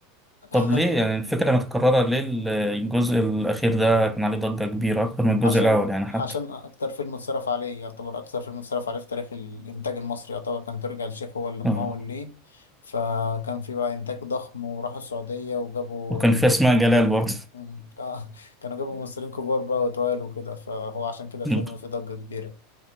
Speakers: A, on the left; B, in the centre.
A: <laughs>
B: طب ليه يعني الفكرة متكررة ليه ال- الجزء الأخير ده كان عليه ضجة كبيرة أكتر من الجزء
A: عشان
B: الأول يعني حتى
A: عشان اكتر فيلم اتصرف عليه يعتبر اكتر فيلم اتصرف عليه في تاريخ الانتاج المصري يعتبر كان ترجع الشيخ هو اللي ممول
B: اه
A: ليه فكان في بقى انتاج ضخم وراحوا السعودية وجابوا
B: وكان في أسماء جلال
A: <laughs>
B: برضه
A: مم. آه، كانوا جابوا ممثلين كبار بقى وتوال وكده فهو عشان كده الفيلم
B: <laughs>
A: فيه ضجة كبيرة